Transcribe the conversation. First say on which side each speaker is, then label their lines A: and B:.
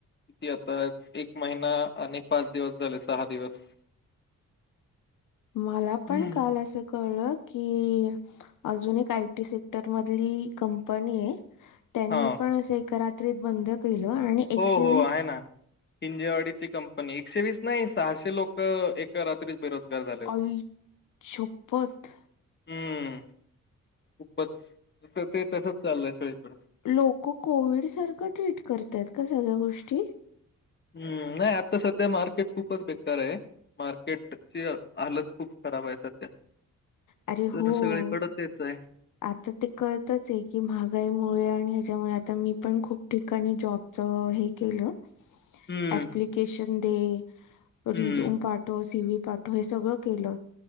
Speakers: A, on the left (about 35°); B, on the left (about 80°).
A: किती आता एक महिना आणि पाच दिवस झाले सहा दिवस.
B: मला पण
A: हम्म.
B: काल असं कळलं की, अजून एक आय टी सेक्टरमधली कंपनी ये. त्यांनी
A: हा.
B: पण असं एका रात्रीत बंद केलं आणि एकशे
A: हो, हो
B: वीस
A: आहे ना, हिंजेवाडीची कंपनी ये एकशे वीस नाही सहाशे लोकं एक एका रात्रीत बेरोजगार झाले होते.
B: आई शपथ
A: हूं खूपच त ते तसच चाललंय सगळीकड
B: लोकं कोविड सारखं ट्रीट करतायेत का सगळ्या गोष्टी?
A: हं, नाय आता सध्या मार्केट खूपच बेकार ये. मार्केटची हालत खूप खराब आहे सध्या.
B: अरे
A: तर
B: हो
A: सगळे कडकच आहे.
B: आता ते कळतच ये की महागाईमुळे आणि ह्याच्यामुळे आता मी पण खूप ठिकाणी जॉबच हे केलं
A: हम्म.
B: अँप्लिकेशन दे
A: हम्म,
B: रिझ्युम पाठव सिवी पाठव हे सगळं केलं